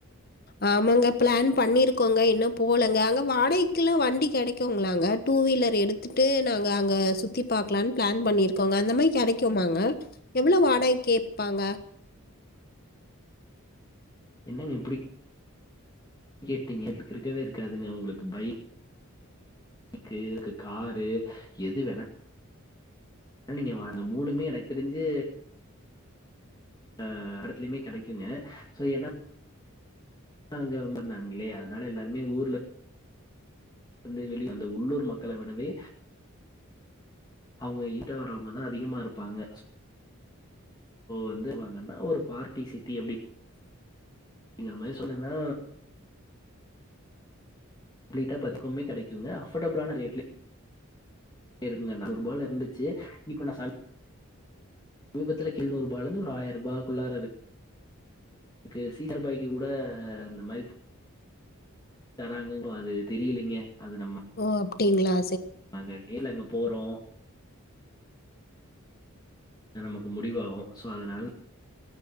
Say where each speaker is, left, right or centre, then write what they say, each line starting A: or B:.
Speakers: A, on the left; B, on the left.
A: ஆமாங்க பிளான் பண்ணிருக்கோங்க இன்னும் போலங்க அங்க வாடகைக்கு எல்லாம் வண்டி கிடைக்குங்களாங்க டூ வீலர் எடுத்துட்டு நாங்க அங்க சுத்தி பாக்கலாம்னு பிளான் பண்ணிருக்கோங்க அந்த மாதிரி கிடைக்குோமாங்க எவ்வளவு வாடகை கேட்பாங்க
B: என்னங்க இப்டி கேட்டிங்க இருக்கவே இருக்காதுங்க உங்களுக்கு பை க்குக்கு காரு எது வேண நீங்க மூணுமே எனக்கு தெரிஞ்சு அ இடத்துலயுமே கிடைக்குங்கோ ஏன்னா அங்கொம்ப நலைய அதனால எல்லாருமே ஊர்ல வந்து வெளிய வந்த உள்ளூர் மக்களை விடவே அவங்க ஈட்ட வரவங்கதான் அதிகமா இருப்பாங்க வந்துங்கன்னா ஒரு பார்டி சிட்டி அப்ப அப்பங்கற மாதிரி சொன்னேன்னா அப்பிட்டா பத்துக்குமே கிடைக்குங்க அஃபர்டபிளான ரேட் இருங்க ந ரூப இருந்துச்சு இப்ப நான் சமீபத்துல கிழ்நூறு ரூபாய இருந்து ஒரு ஆயிரம் ரூபாய்க்குள்ளார இருக்குக்கு சீச ரூபாய்க்கு கூட அந்த மாதிரி தராங்கன்ன அது தெரியலங்க அது நம்ம
A: ஓ அப்டிங்களா
B: நாங்க நீல அங்க போறோம் நமக்கு முடிவாகும் சோ அதனால்